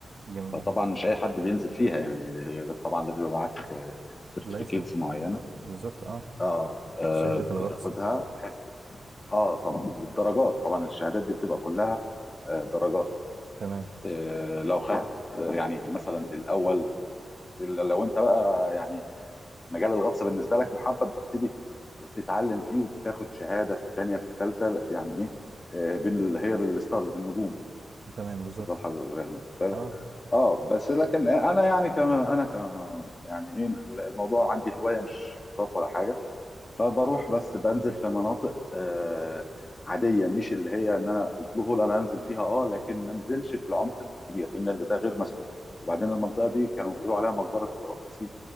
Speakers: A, on the right; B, on the left.
A: جميل
B: فطبعا مش أي حد بينزل فيها يعني هي طبعا لازم يبقى معاك سيرتيفيكيتس
A: لايسنس
B: معينة
A: بالظبط اه
B: اه آه،
A: شهادة الغطس
B: بتاخدها بحيث اه طبعا والدرجات طبعا الشهادات دي بتبقى كلها آه، درجات
A: تمام
B: آه، لو خدت آه، يعني مثلا الاول إلا لو انت بقى يعني مجال الغطس بالنسبه لك محبب بتبتدي تتعلم فيه وبتاخد شهاده في الثانيه في الثالثه يعني ايه آه، بين ال- هي بالستارز بالنجوم
A: تمام بالظبط
B: تفضل حضرتك يعني خد بالك
A: اه
B: اه بس لكن انا يعني كما انا كما يعني ايه الموضوع عندي هوايه مش احتراف ولا حاجه فبروح بس بنزل في مناطق آه، عاديه مش اللي هي ان انا البلو هول انا انزل فيها اه لكن ما انزلش في العمق الكبير لان ده غير مسموح وبعدين المنطقه دي كانوا بيقولوا عليها مقبره الغطاسين